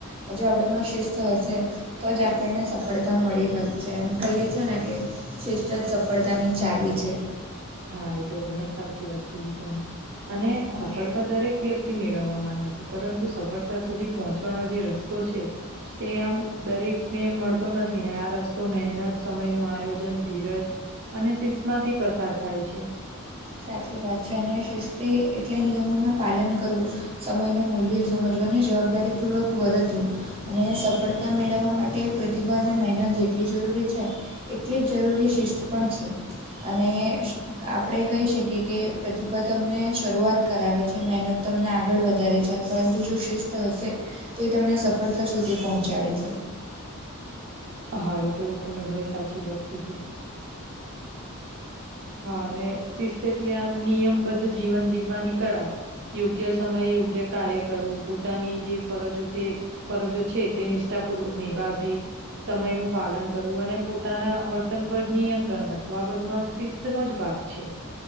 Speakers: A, on the right; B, on the right.
A: હ જો આપણામાં શિસ્ત હશે તો જ આપણને સફળતા મળી છેં એમ કહીએ છેએ ને કે શિસ્ત જ સફળતાની ચાવી છે
B: હા એ તો ઘણી સાચી વાત કીધી તમે અને
A: હા
B: સફળતા દરેક વ્યક્તિ મેળવવા માંગે છે પરંતુ સફળતા સુધી પહોંચવાનો જે રસ્તો છે તે આમ દરેકને મળતો નથી ને આ રસ્તો મહેનત સમય નુ આયોજન ધીરજ અને શિસ્ત માથી પસાર થાય છે
A: સાચી વાત છે અને શિસ્તી એટલે નિયમોના પાલન કરવું સમયનું મૂલ્ય સમજવા અને જવાબદારી પૂર્વક વર્તું અને સફળતા મેળવવા માટે પ્રતિભા અને મહેનત જેટલી જરૂરી છે એટલી જ જરૂરી શિસ્ત પણ છે અને આપણે કહી શકીએ કે પ્રતિભા તમને શરૂઆત કરાવે છે મહેનત તમને આગળ વધારે છે પરંતુ જો શિસ્ત હશે તો એ તમને સફળતા સુધી પહોંચાડે છે
B: હા એ તો તમે ઘણી સાચી વાત કીધી હા અને શિસ્ત એટલે આમ નિયમબદ્ધ જીવન જીવવાની કળા યોગ્ય સમય યોગ્ય કાર્ય કરવું પોતાની જે ફરજો ફરજો છે તે નિષ્ઠા પૂર્વક નિભાવવી સમય નું પાલન કરવું અને પોતાના વર્તન પર નિયંત્રણ રાખવું આ બધું આમ શિસ્ત નો જ ભાગ છે